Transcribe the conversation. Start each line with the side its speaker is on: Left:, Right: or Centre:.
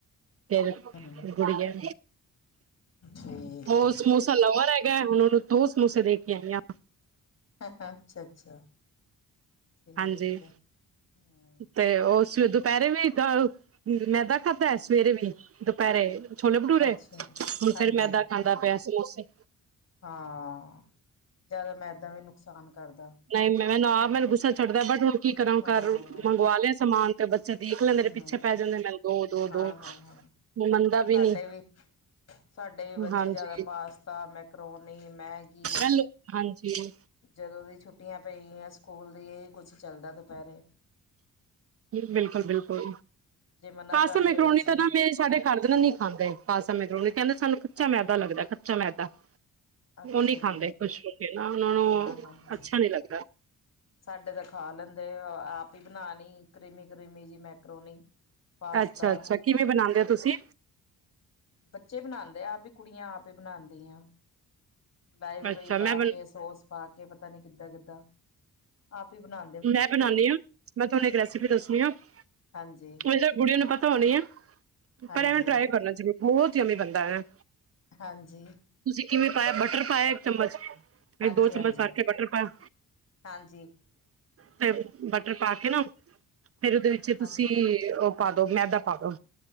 Right: ਫਿਰ,
Left: ਹੂੰ,
Right: ਗੁੜੀਆਂ।
Left: ਠੀਕ
Right: ਓ
Left: ਐ।
Right: ਸਮੋਸਾ ਲਵਰ ਹੈਗੈ ਹੁਣ ਓਨੂੰ ਦੋ ਸਮੋਸੇ ਦੇ ਕੇ ਆਈ ਆ।
Left: ਅੱਛਾ-ਅੱਛਾ। ਠੀਕ
Right: ਹਾਂਜੀ।
Left: ਐ। ਹੂੰ,
Right: ਤੇ ਓ ਸ ਦੁਪੈਰੇ ਵੀ ਪਿਆ ਮੈਦਾ ਖਾਦਾ ਐ ਸਵੇਰੇ ਵੀ, ਦੁਪੈਰੇ ਛੋਲੇ ਭਟੂਰੇ,
Left: ਅੱਛਾ।
Right: ਹੁਣ
Left: ਹਾਂਜੀ,
Right: ਫੇਰ ਮੈਦਾ ਖਾਂਦਾ ਪਿਆ ਸਮੋਸੇ।
Left: ਹਾਂ ਜਾਦਾ ਮੈਦਾ ਵੀ ਨੁਕਸਾਨ ਕਰ ਦਾ।
Right: ਨਹੀਂ ਮ ਮੈਨੂੰ ਆਪ ਗੁੱਸਾ ਚੜਦਾ ਬਟ ਹੁਣ ਕੀ ਕਰਾਂ
Left: ਹਾਂ,
Right: ਘਰ ਮੰਗਵਾ ਲਿਆ ਸਮਾਨ। ਤੇ ਬੱਚੇ ਦੇਖ ਲੈਂਦੇ
Left: ਹੂੰ-ਹੂੰ,
Right: ਪਿੱਛੇ ਪੈ ਜਾਂਦੇ ਮੈਨੂੰ ਦੋ, ਦੋ, ਦੋ।
Left: ਹਾਂ-ਹਾਂ-ਹਾਂ।
Right: ਮੰਨਦਾ
Left: ਸਾਡੇ
Right: ਨੀ
Left: ਵੀ ਸਾਡੇ ਵੀ ਬੱਚੇ
Right: ਹਾਂਜੀ
Left: ਜਿਆਦਾ ਪਾਸ ਤਾ ਮੈਕਰੋਨੀ ਮੈਗੀ
Right: ਹੈਲੋ, ਹਾਂਜੀ
Left: ਜਦੋਂ ਦੀ ਛੁੱਟੀਆਂ ਪਈਆਂ ਸਕੂਲ ਦੀ ਇਹੀ ਕੁਝ ਚੱਲਦਾ ਦੁਪਹਿਰੇ। ਹੂੰ,
Right: ਬਿਲਕੁਲ-ਬਿਲਕੁਲ
Left: ਜੇ ਮਨਾ
Right: ਪਸਤਾ
Left: ਕਰਦੀਏ
Right: ਮਕਰੋਣੀ
Left: ਅਸੀਂ
Right: ਤਾਂ ਵ ਸਾਡੇ ਘਰਦੇ ਨਹੀਂ ਖਾਂਦੇ ਪਾਸਤਾ ਮਕਰੋਨ ਕਹਿੰਦੇ ਸਾਨੂੰ ਕੱਚਾ ਮੈਦਾ ਲੱਗਦਾ ਕੱਚਾ ਮੈਦਾ।
Left: ਅੱਛਾ
Right: ਉਹ ਨਹੀਂ ਖਾਂਦੇ
Left: ਜੀ,
Right: ਖੁਸ਼ ਹੋ ਕੇ ਨਾ ਨਾ
Left: ਹਾਂ-ਹਾਂ-ਹਾਂ।
Right: ਅੱਛਾ ਨੀ ਲੱਗਦਾ।
Left: ਸਾਡੇ ਤਾਂ ਖਾ ਲੈਂਦੇ ਆਪ ਹੀ ਬਣਾਲੀ ਕਰੀਮੀ ਕਰੀਮੀ ਜਿ ਮੈਕਰੋਨੀ। ਪਾਸਤਾ
Right: ਅੱਛਾ-ਅੱਛਾ ਕਿਵੇਂ ਬਣਾਉਂਦੇ ਹੋ ਤੁਸੀਂ?
Left: ਬੱਚੇ ਬਣਦੇ ਆ ਆਪ ਹੀ ਕੁੜੀਆਂ ਆਪ ਹੀ ਬਣਾਦੀਆ। ਮਲਾਈ, ਮਲੁਈ
Right: ਅੱਛਾ ਮੈਂ
Left: ਪਾ
Right: ਬਣ
Left: ਕੇ ਸੋਸ ਪਾ ਕੇ ਪਤਾ ਨੀ ਕਿੱਦਾਂ, ਕਿੱਦਾਂ ਆਪ ਹੀ ਬਣਾ
Right: ਮੈਂ ਬਣਨੀ ਏ, ਮੈਂ ਤੁਹਾਨੂੰ ਇੱਕ ਰੈਸਿਪੀ ਦੱਸਣੀ ਆ ਹੋ
Left: ਹਾਂਜੀ
Right: ਸਕਦਾ ਗੁੜੀਆਂ ਨੂੰ ਪਤਾ ਹੋਣੀ ਏ
Left: ਹਾਂਜੀ
Right: ਪਰ ਐਵੇਂ ਟਰਾਈ ਕਰਨਾ ਜ਼ਰੂਰ ਬਹੁਤ ਯੁੰਮੀ ਬਣਦਾ ਏ।
Left: ਹਾਂਜੀ।
Right: ਤੁਸੀਂ ਕਿਵੇਂ ਪਾਇਆ ਬਟਰ ਪਾਇਆ ਇੱਕ ਚਮਚ?
Left: ਹਾਂਜੀ
Right: ਦੋ ਚਮਚ
Left: ਹਾਂਜੀ
Right: ਪਾਕੇ ਬਟਰ ਪਾਇਆ।
Left: ਹਾਂਜੀ
Right: ਤੇ ਬਟਰ ਪਾ ਕੇ ਨਾ ਫੇਰ ਉਹਦੇ ਵਿੱਚ ਤੁਸੀਂ
Left: ਹਾਂਜੀ
Right: ਉਹ ਪਾ ਦੋ ਮੈਂਦਾਾਂ ਪਾ ਦੋ।